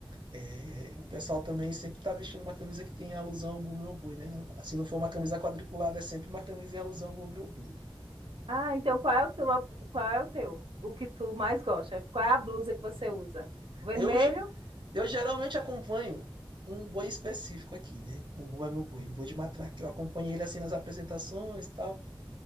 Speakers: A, on the right (about 60°); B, on the right (about 80°).
A: É, o pessoal também sempre está vestindo uma camisa que tem alusão ao Bumba Meu Boi, né? Se não for uma camisa quadriculada, é sempre uma camisa em alusão ao Bumba Meu Boi.
B: Ah, então qual é o teu, qual é o teu? O que tu mais gosta? Qual é a blusa que você usa? O vermelho?
A: Eu, ge- eu geralmente acompanho um boi específico aqui, né? O boi é meu boi, um boi de matraca. Eu acompanho ele assim nas apresentações e tal.